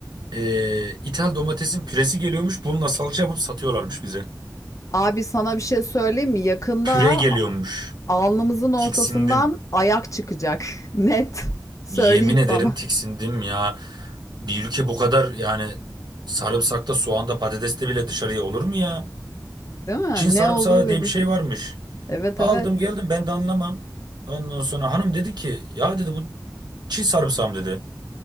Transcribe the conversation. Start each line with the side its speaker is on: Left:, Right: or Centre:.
Right: Ee, İthal domatesin püresi geliyormuş. Bununla salça yapıp satıyorlarmış bize.
Left: Abi sana bir şey söyleyeyim mi? Yakında
Right: Püre geliyormuş.
Left: alnımızın ortasından
Right: Tiksindim.
Left: ayak çıkacak. <laughs> Net. Söyleyeyim
Right: Yemin ederim
Left: sana.
Right: tiksindim ya. Bir ülke bu kadar yani sarımsakta, soğanda, patateste bile dışarıya olur mu ya?
Left: Değil mi?
Right: Çin sarımsağı
Left: Ne olduğu belirsiz.
Right: diye bir şey varmış.
Left: Evet
Right: Aldım
Left: evet.
Right: geldim ben de anlamam. Ondan sonra hanım dedi ki ya dedi bu Çin sarımsağı mı dedi.